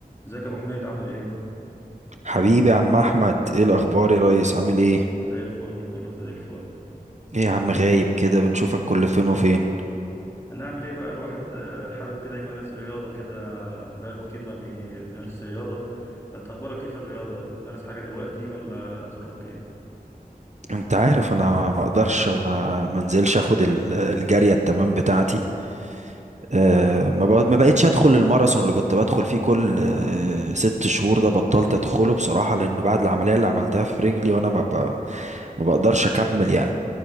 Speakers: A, on the left (about 15°); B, on the right (about 50°).
A: ازيك يا ابو حميد عامل ايه
B: حبيبي يا عم احمد ايه الاخبار يا ريس عامل ايه
A: زي الفل كله زي الفل
B: ايه يا
A: اهو
B: عم غايب كده بنشوفك كل فين وفين
A: هنعمل ايه بقى الواحد آه، حابب كده يمارس رياضه كده بقاله كتير ما بيمارس رياضه فانت اخبارك ايه في الرياضه بتمارس حاجه دلوقتي ولا ظروفك ايه
B: انت عارف انا ما اقدرش ما منزلش اخد ال- الجاريه التمام بتاعتي أه ما بق- ما بقتش ادخل الماراثون اللي كنت بدخل فيه كل أه ست شهور ده بطلت ادخله بصراحه لانه بعد العمليه اللي عملتها في رجلي وانا ما, ب... ما بقدرش اكمل يعني